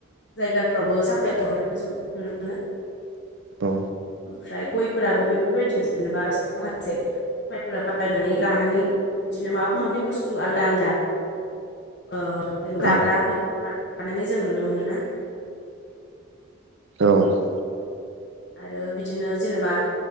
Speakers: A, on the left (about 55°); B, on the right (about 75°).
A: जायगाफ्रावबो साप्लाय हरनायखौ जों नुनो मोनो <inaudible>
B: औ
A: ओमफ्राय गयफोराबो बेफोरबायदिनो जेनेबा माखासे सफायफोरा बायनानै लानानै बिदिनो माबा माबि बुस्थु आलदा आलदा ओ जेनेबा जाग्राफोर
B: औ
A: बा बानायानानै जों नुनो मोनोना
B: औ
A: आरो बिदिनो जेनेबा